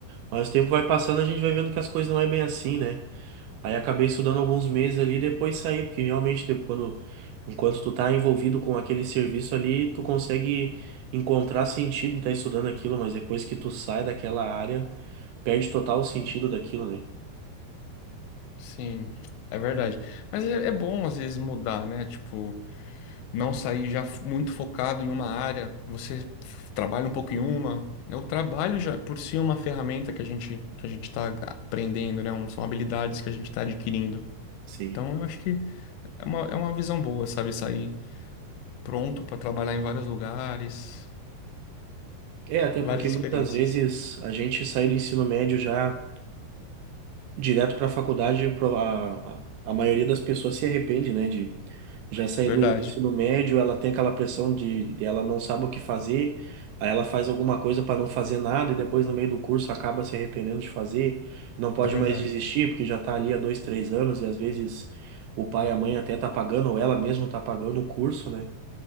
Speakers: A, on the right (about 80°); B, on the left (about 90°).
A: Mas o tempo vai passando, a gente vai vendo que as coisas não é bem assim, né? Aí acabei estudando alguns meses ali e depois saí, porque realmente, de- quando, enquanto tu tá envolvido com aquele serviço ali, tu consegue encontrar sentido em estar estudando aquilo, mas depois que tu sai daquela área. Perde total o sentido daquilo, né?
B: Sim, é verdade. Mas é, é bom às vezes mudar, né? Tipo, não sair já f- muito focado em uma área. Você f- trabalha um pouco em uma. né? O trabalho já por si é uma ferramenta que a gente que a gente está aprendendo, né? Um- São habilidades que a gente está adquirindo.
A: Sim.
B: Então eu acho que é uma, é uma visão boa, sabe? Sair pronto para trabalhar em vários lugares,
A: É, até
B: várias
A: porque muitas
B: experiências.
A: vezes a gente sai do ensino médio já direto para a faculdade, pro- a, a a maioria das pessoas se arrepende, né, de já sair
B: Verdade,
A: do, do ensino médio, ela tem aquela pressão de, de ela não sabe o que fazer, aí ela faz alguma coisa para não fazer nada e depois no meio do curso acaba se arrependendo de fazer, não pode
B: é verdade.
A: mais desistir porque já tá ali há dois, três anos e às vezes o pai e a mãe até tá pagando ou ela mesma tá pagando o curso, né?